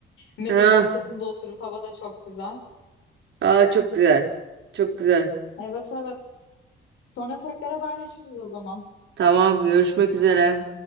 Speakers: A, on the left (about 75°); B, on the right (about 70°).
A: Medin
B: Ha,
A: bahçesinde oturup hava da çok güzel.
B: aa, çok güzel. Çok güzel.
A: Evet evet. Sonra tekrar haberleşiriz o zaman.
B: Tamam, görüşmek üzere.